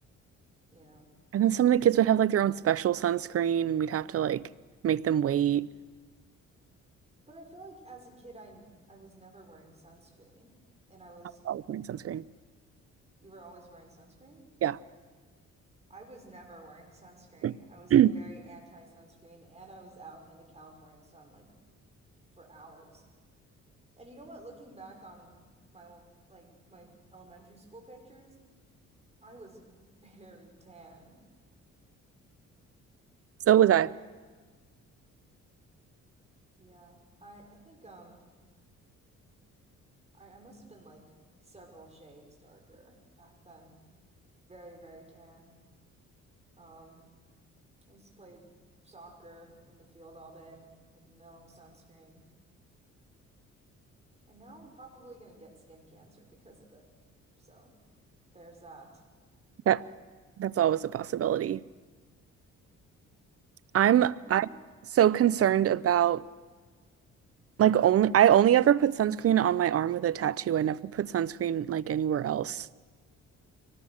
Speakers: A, on the right; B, on the right.
A: you know.
B: And then some of the kids would have like their own special sunscreen, and we'd have to like make them wait
A: But I feel like as a kid, I n- I was never wearing sunscreen, and I was
B: while wearing sunscreen.
A: you were always wearing sunscreen?
B: Yeah.
A: I was never wearing sunscreen.
B: <clears throat>
A: I was like very anti-sunscreen, and I was out in the California sun like for hours. And you know what? Looking back on my old like my elementary school pictures, I was <laughs> very tan.
B: So was I.
A: Yeah, I I think um I I must have been like several shades darker back then. Very, very tan. Um, I used to play soccer in the field all day with no sunscreen. And now I'm probably gonna get skin cancer because of it. So there's that.
B: That that's always a possibility. I'm
A: Yeah.
B: I'm so concerned about like only I only ever put sunscreen on my arm with a tattoo. I never put sunscreen like anywhere else.